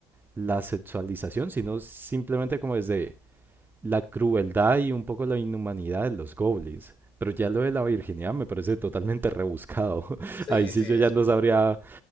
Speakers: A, on the right (about 20°); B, on the left (about 45°).
A: la sexualización, sino simplemente como desde la crueldad y un poco la inhumanidad de los goblins. Pero ya lo de la virginidad me parece totalmente rebuscado. <laughs>
B: Sí,
A: Ahí sí
B: sí,
A: yo
B: es-
A: ya no sabría...